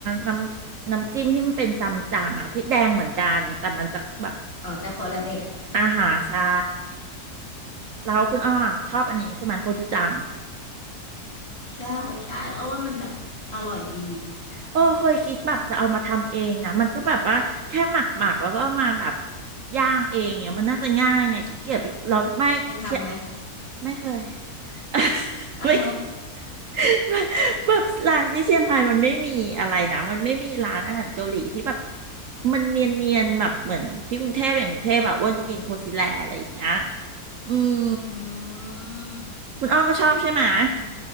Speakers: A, on the right (about 60°); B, on the left (about 40°).
A: น้ำน้ำจิ้มที่มันเป็นซัมจั๋งอ่ะที่แดงเหมือนกันแต่มันจะแบบ
B: อ๋อแต่คนละแบบ
A: อาหารใช่ แล้วคุณอ้อชอบอันนี้ใช่ไหมโคจูจัง
B: ใช่ใช่อ้อว่ามันแบบอร่อยดี
A: โอ้เคยคิดแบบจะเอามาทำเองนะมันก็แบบว่าแค่หมักหมักแล้วก็เอามาแบบย่างเองเนี่ยมันน่าจะง่ายไงขี้เกียจไปเราไม่เชย
B: เคยทำไหม
A: ไม่เคย <laughs>
B: อ้าว
A: ไม่เคย <laughs> ไม่แบบร้านที่เชียงรายมันไม่มีอะไรนะมันไม่มีร้านอาหารเกาหลีที่แบบมันเนียนๆแบบเหมือนที่กรุงเทพอย่างกรุงเทพแบบอ้วนจะกินโคซิแลอะไรอย่างเงี้ยอืม
B: อืม
A: คุณอ้อก็ชอบใช่ไหมะ
B: อืม